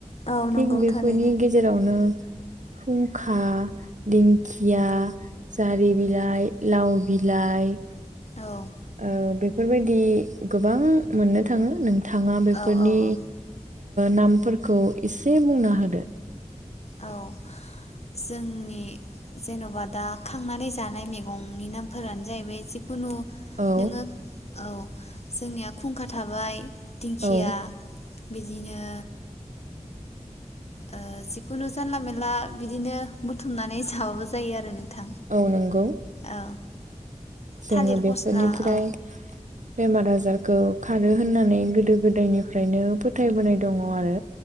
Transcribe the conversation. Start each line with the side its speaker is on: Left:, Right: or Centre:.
Left: औ
Right: थिग
Left: नंगौ
Right: बेफोरनि
Left: थारैनो
Right: गेजेरावनो फुंखा दिंखिया जारि बिलाइ लाव बिलाइ
Left: औ
Right: ओ बेफोरबायदि गोबां मोननो थाङो नों थाङा बेफोरनि
Left: औ औ औ
Right: नामफोरखौ इसे बुंना होदो
Left: औ जोंनि जेन'बा दा खांनानै जानाय मैगंनि नामफोरानो जाहैबाय खुनु
Right: औ
Left: नोङो औ जोंनिया खुंखा थाबाय दिंखिया
Right: औ
Left: बिदिनो ओ जिखुनु जानला मानला बिदिनो बुथुमनानै जाबाबो जायो आरो नोंथां
Right: औ नंगौ
Left: औ
Right: जोङो
Left: थालिर
Right: बेफोरनिफ्राय
Left: फस्ला औ
Right: बेमार आजार खारो होननानै गोदो गोदायनिफ्रायनो फोथायबोनाय दङ आरो